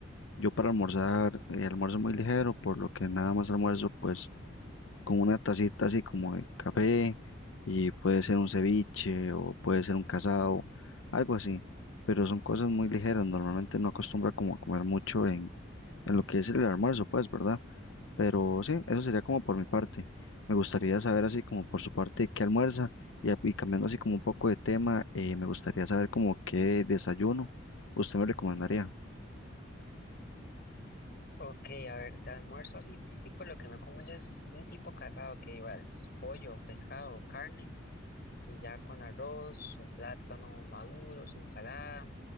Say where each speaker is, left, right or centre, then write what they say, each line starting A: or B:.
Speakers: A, on the left; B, on the left.
A: Yo para almorzar, eh, almuerzo muy ligero, por lo que nada más almuerzo pues con una tacita así como de café y puede ser un ceviche o puede ser un casado, algo así, pero son cosas muy ligeras, normalmente no acostumbra como a comer mucho en, en lo que es el almuerzo pues, ¿verdad? Pero sí, eso sería como por mi parte. Me gustaría saber así como por su parte qué almuerza y, a- y cambiando así como un poco de tema, eh, me gustaría saber como qué desayuno usted me recomendaría.
B: Ok, a ver, de almuerzo así típico, lo que me como yo es un tipo casado que igual es pollo, pescado, carne, y ya con arroz, su plátano maduro, su ensalada,